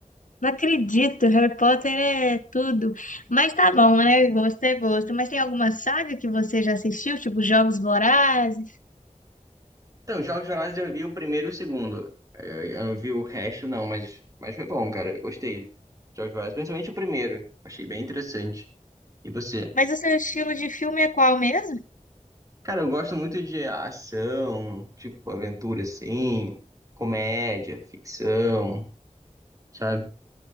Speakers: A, on the left; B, on the right.
A: Não acredito, Harry Potter é tudo. Mas tá bom, né? Gosto é gosto. Mas tem alguma saga que você já assistiu, tipo Jogos Vorazes?
B: Então, Jogos Vorazes eu vi o primeiro e o segundo. Eu, eu não vi o resto, não, mas, mas foi bom, cara. Eu gostei. Jogos Vorazes, principalmente o primeiro. Achei bem interessante. E você?
A: Mas o seu estilo de filme é qual mesmo?
B: Cara, eu gosto muito de ação, tipo, aventura assim, comédia, ficção. sabe?